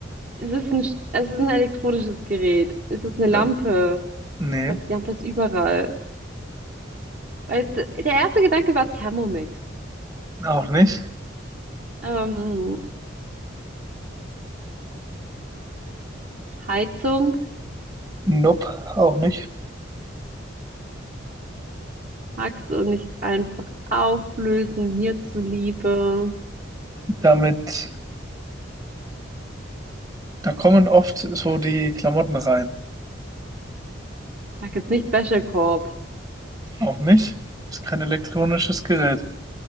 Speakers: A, on the right; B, on the right.
A: Ist es ein, Sch- es ist ein elektronisches Gerät? Ist es eine
B: Das,
A: Lampe?
B: nee,
A: Aber Die Lampe ist überall. Weil d- der erste Gedanke war Thermomix.
B: auch nicht.
A: Ähm, Heizung
B: Nope, auch nicht.
A: magst du nicht einfach auflösen, mir zuliebe.
B: Damit. Da kommen oft so die Klamotten rein.
A: Sag jetzt nicht Wäschekorb,
B: Auch nicht? Ist kein elektronisches Gerät.